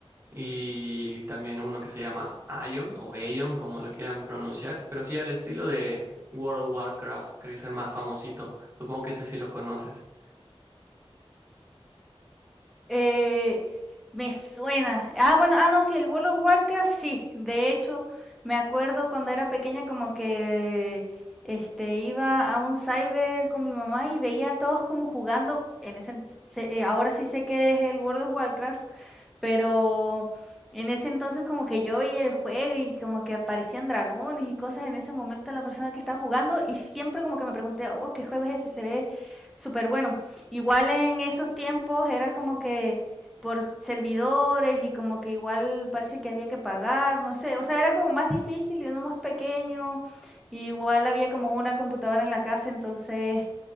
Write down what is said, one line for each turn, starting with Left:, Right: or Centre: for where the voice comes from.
Right: y también uno que se llama Aion o Aion, como lo quieran pronunciar, pero sí al estilo World of Warcraft, que es el más famosito. Supongo que ese sí lo conoces.
Centre: Eh, Me suena. Ah, bueno, ah, no, sí, el World of Warcraft, sí. De hecho, me acuerdo cuando era pequeña como que este iba a un cyber con mi mamá y veía a todos como jugando. En ese, ent- sé- eh, ahora sí sé que es el World of Warcraft, pero en ese entonces como que yo veía el juego y como que aparecían dragones y cosas en ese momento a la persona que estaba jugando y siempre como que me pregunté, oh, ¿qué juego es ese? Se ve súper bueno. Igual en esos tiempos era como que por servidores y como que igual parece que había que pagar, no sé, o sea, era como más difícil y uno más pequeño, y igual había como una computadora en la casa, entonces